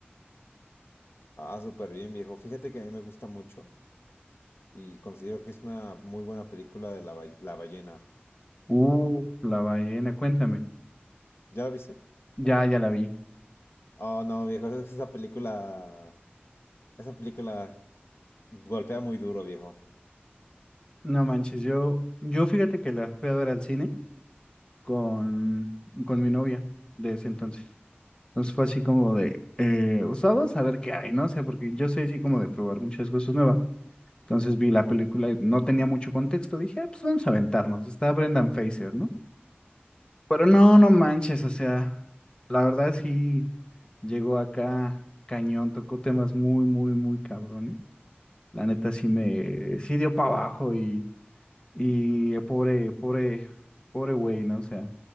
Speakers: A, on the left (about 75°); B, on the left (about 25°).
A: Ah, súper bien, viejo. Fíjate que a mí me gusta mucho y considero que es una muy buena película de La, ba- La Ballena.
B: Uh, la ballena, cuéntame.
A: ¿Ya la viste?
B: Ya, ya la vi.
A: Oh, no, viejo, es que esa película, esa película golpea muy duro, viejo.
B: No manches, yo, yo fíjate que la fui a ver al cine con, con mi novia de ese entonces. Entonces fue así como de, eh, pues vamos a ver qué hay, ¿no? O sea, porque yo soy así como de probar muchas cosas nuevas. Entonces vi la película y no tenía mucho contexto. Dije, "Ah, pues vamos a aventarnos. Está Brendan Fraser, ¿no? Pero no, no manches, o sea, la verdad sí llegó acá cañón, tocó temas muy, muy, muy cabrones. La neta sí me, sí dio para abajo y, y eh, pobre, pobre, pobre güey, ¿no? O sea,